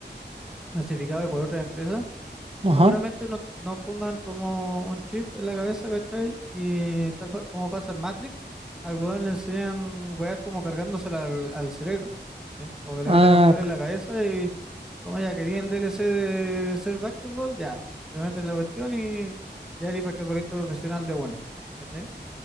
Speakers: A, in the centre; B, on the right (about 30°).
A: masificado y por otras empresas
B: Ajá.
A: Seguramente no, no pongan como un chip en la cabeza, ¿cachai? Y tal pa- como pasa en Matrix, al weón le enseñan weas como cargándosela al, al cerebro, ¿sí? O que le
B: Ah,
A: meten un cable
B: c-
A: en la cabeza y como ya quería el DLC de ser basketball, ya, te meten la cuestión y ya eres basquetbolista profesional de buena, ¿cachai?